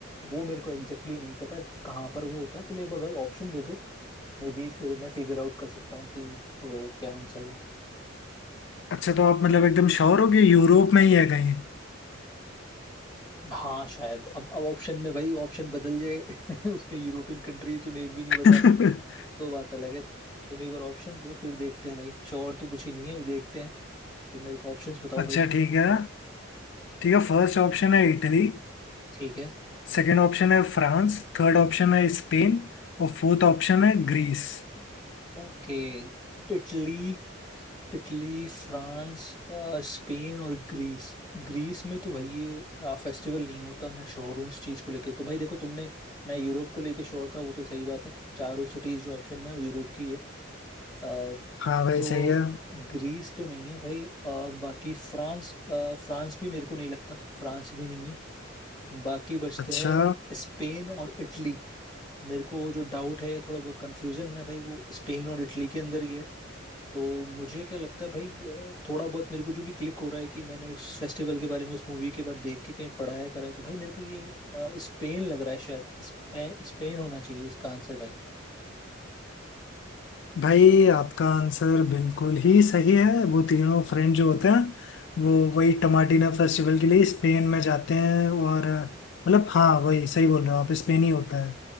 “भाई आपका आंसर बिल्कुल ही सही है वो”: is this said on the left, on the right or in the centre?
Left